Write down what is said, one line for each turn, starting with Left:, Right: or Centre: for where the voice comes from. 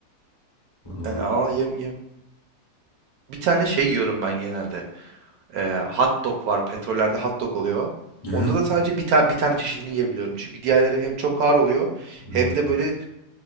Left: vallahi.
Right: Yani al yem, yem. Bir tane şey yiyorum ben genelde. Ee, hot dog var. Petrollerde hot dog oluyor.
Left: Aha,
Right: Onda da sadece bir, ta- bir tane çeşidini yiyebiliyorum. Çünkü diğerleri hem çok ağır oluyor
Left: ha,
Right: hem de böyle